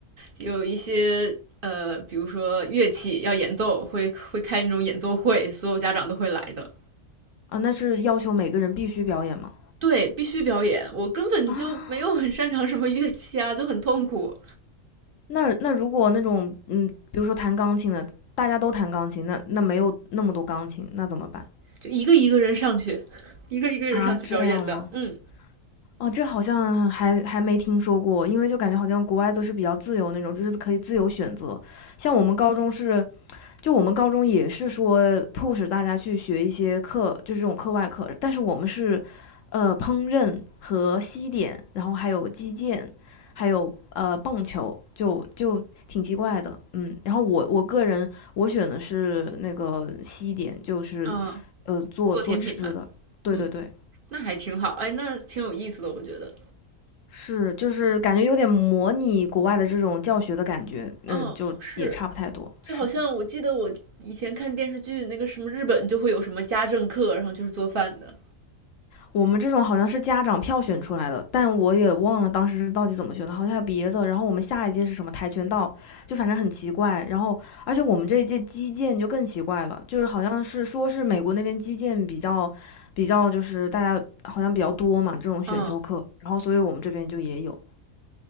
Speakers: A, on the right; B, on the left.
A: 有一些呃，比如说乐器要演奏，会会开那种演奏会，所有家长都会来的。
B: 啊？那是要求每个人必须表演吗？
A: 对，必须表演，我根本就没有很擅长什么乐器啊，
B: 啊，
A: 就很痛苦，
B: 那那如果那种嗯，比如说弹钢琴的，大家都弹钢琴，那那没有那么多钢琴，那怎么办
A: 就一个一个人上去，<laughs> 一个一个人上去表演的，
B: 啊？这样吗？
A: 嗯。
B: 哦，这好像还还没听说过，因为就感觉好像国外都是比较自由那种，就是可以自由选择。像我们高中是就我们高中也是说 p 使大家去学一些课，就是这种课外课，但是我们是，呃，烹饪和西点，然后还有击剑，还有呃棒球，就就挺奇怪的，嗯。然后我我个人我选的是那个西点，就是呃做做吃的，
A: 啊、做甜品吧，
B: 对对对，
A: 嗯，那还挺好，哎，那挺有意思的，我觉得。
B: 是就是感觉有点模拟国外的这种教学的感觉，嗯，
A: 哦，
B: 就也差不太多，
A: 是，就好像我记得我以前看电视剧，
B: 是。
A: 那个什么日本就会有什么家政课，然后就是做饭的。
B: 我们这种好像是家长票选出来的，但我也忘了当时是到底怎么选的，好像还有别的。然后我们下一届是什么跆拳道，就反正很奇怪。然后，而且我们这一届击剑就更奇怪了，就是好像是说是美国那边击剑比较比较就是大家好像比较多嘛这种选修课，
A: 嗯，
B: 然后所以我们这边就也有。